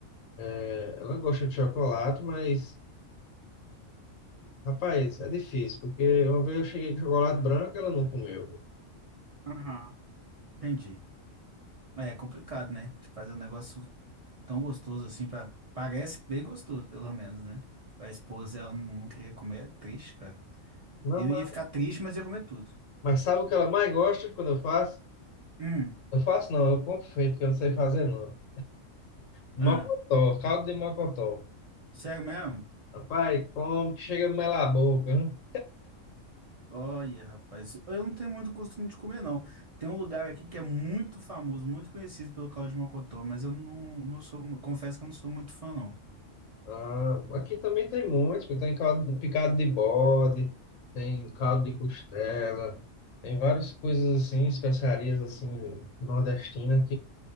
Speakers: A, on the left; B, on the right.
A: É, Ela gosta de chocolate, mas. Rapaz, é difícil, porque uma vez eu cheguei com chocolate branco, ela não comeu.
B: Aham. Entendi. É complicado, né? Você Fazer um negócio tão gostoso assim, pra... parece bem gostoso, pelo menos, né? A esposa, ela não, não queria comer, é triste, cara.
A: Não,
B: Eu
A: mas...
B: ia ficar triste, mas ia comer tudo.
A: mas sabe o que ela mais gosta quando eu faço?
B: Hum,
A: Eu faço não, eu compro feito, que eu não sei fazer não. Mocotó,
B: ah,
A: caldo de mocotó.
B: sério mesmo?
A: Rapaz, como que chega a melar a boca, hein?
B: Olha, rapaz, eu não tenho muito costume de comer, não. Tem um lugar aqui que é muito famoso, muito conhecido pelo caldo de mocotó, mas eu não, não sou, confesso que eu não sou muito fã, não.
A: Ah, aqui também tem muitos, porque tem caldo de- picado de bode, tem caldo de costela, tem várias coisas assim, especiarias assim, nordestinas,